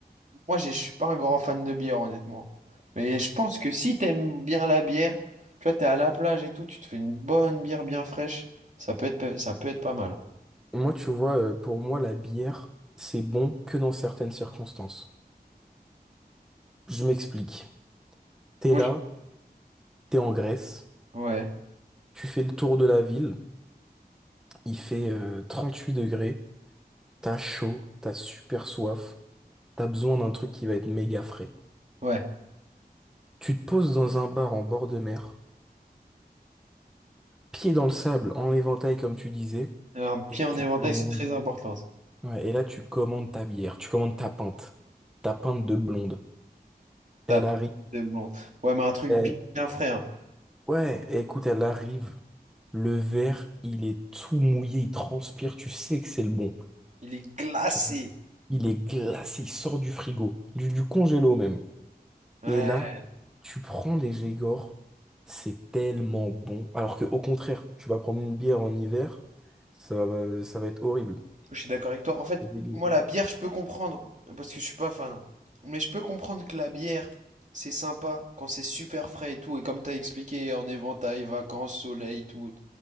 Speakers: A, on the right; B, in the centre.
A: Moi, je je suis pas un grand fan de bière, honnêtement. Mais je pense que si t'aimes bien la bière, tu vois, t'es à la plage et tout, tu te fais une bonne bière bien fraîche, ça peut être, pa- ça peut être pas mal.
B: Moi, tu vois, euh, pour moi, la bière, c'est bon que dans certaines circonstances. Je m'explique. T'es
A: Moi,
B: là,
A: je-
B: t'es en Grèce,
A: ouais,
B: tu fais le tour de la ville, il fait euh, 38 degrés, t'as chaud, t'as super soif, t'as besoin d'un truc qui va être méga frais.
A: ouais.
B: Tu te poses dans un bar en bord de mer, pied dans le sable, en éventail comme tu disais,
A: Un pied
B: et là
A: en
B: tu
A: éventail,
B: commandes.
A: c'est très important. ça.
B: Ouais, et là tu commandes ta bière, tu commandes ta pinte, ta pinte de blonde.
A: Tape,
B: Elle arrive,
A: c'est blond. Ouais, mais un truc
B: elle...
A: bien, bien frais, hein.
B: Ouais, écoute, elle arrive, le verre, il est tout mouillé, il transpire, tu sais que c'est le bon.
A: Il est glacé.
B: Tu vois. Il est glacé, il sort du frigo, du, du congélo même.
A: Ouais.
B: Et là, tu prends des Grégor, c'est tellement bon. Alors que au contraire, tu vas prendre une bière en hiver, ça va, ça va être horrible.
A: Je suis d'accord avec toi. En fait,
B: C'est dégueu.
A: moi, la bière, je peux comprendre, parce que je suis pas fan. hein. Mais je peux comprendre que la bière, c'est sympa quand c'est super frais et tout. Et comme t'as expliqué, en éventail, vacances, soleil, tout.